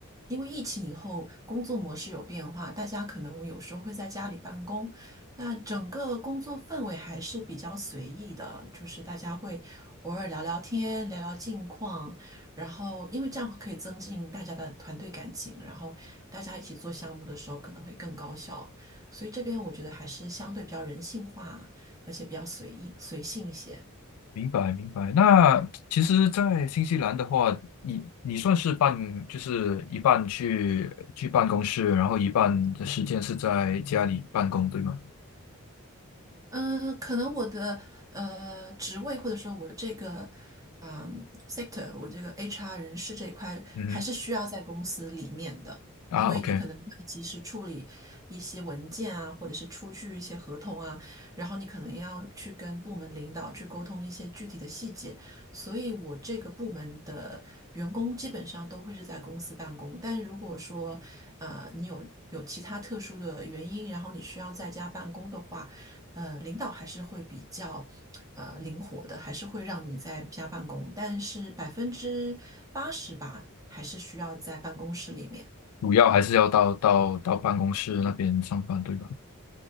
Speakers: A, on the right; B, on the left.
A: 因为疫情以后工作模式有变化，大家可能有时候会在家里办公，那整个工作氛围还是比较随意的，就是大家会偶尔聊聊天，聊聊近况，然后因为这样可以增进大家的团队感情，然后大家一起做项目的时候可能会更高效。所以这边我觉得还是相对比较人性化，而且比较随意随性一些。
B: 明白明白。那其实，在新西兰的话，你你算是办就是一半去去办公室，然后一半的时间是在家里办公，对吗？
A: 嗯，呃可能我的呃职位或者说我这个嗯 sector，我这个 HR 人事这一块还是需要在公司里面的，
B: 嗯
A: 因为你可能会及时处理一些文件啊，
B: 哼啊，OK，
A: 或者是出具一些合同啊，然后你可能要去跟部门领导去沟通一些具体的细节，所以我这个部门的员工基本上都会是在公司办公，但如果说呃你有有其他特殊的原因，然后你需要在家办公的话。呃，领导还是会比较呃灵活的，还是会让你在家办公，但是百分之八十吧，还是需要在办公室里面。
B: 主要还是要到到到办公室那边上班，对吧？